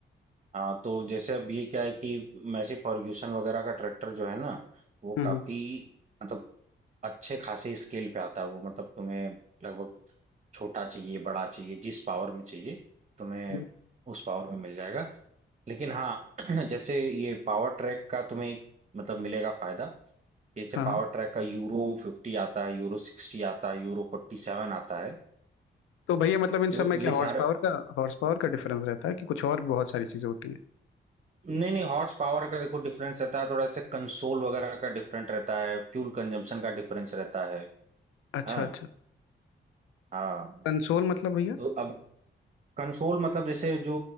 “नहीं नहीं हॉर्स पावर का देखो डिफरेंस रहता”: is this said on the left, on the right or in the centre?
Right